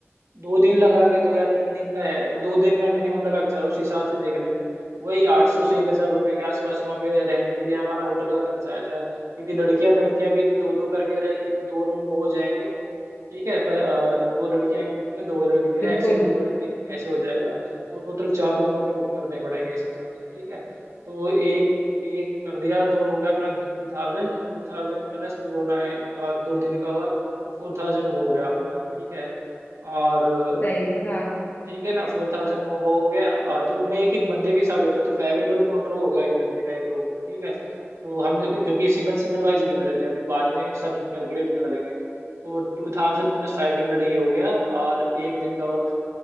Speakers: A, on the right; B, on the left.
A: दो दिन लगा के दो या तीन दिन का है तो दो दिन में मिनिमम लगा के चलो उस हिसाब से देख लेंगे वही आठ सौ से एक हजार रुपये के आसपास वहाँ पे रहने के लिए हमारा होटल का खर्चा आता है यदि लड़कियां लड़कियां भी यदि दो दो करके रहेंगी तो दो रूम हो जाएंगे ठीक है पर अ, दो लड़कियां के रूप में दो लड़के हैं
B: बिल्कुल
A: ऐसे दो लड़के ऐसे हो जाएगा तो टोटल चार रूम हमें बुक करने पड़ेंगे इस हिसाब से ठीक है तो एक एक कर दिया तो हो गया अपना टू थाउजेंड टू थाउजेंड प्लस दो ना अ, दो दिन का हुआ तो फोर थाउजेंड वो हो गया अपना ठीक है और
B: सही है हाँ
A: ठीक है ना फोर थाउजेंड वो हो गया आ, तो मैं एक एक बंदे के हिसाब लेता तो फाइव हंड्रेड कॉन्ट्रो होगा एक बंदे का एक रूम का ठीक है तो हम क्योंकि सिंगल सिंगल वाइज गिन रहे थे अभी बाद में सब कैलकुलेट कर लेंगे तो टू थाउजेंड प्लस फाइव हंड्रेड ये हो गया और एक दिन का वो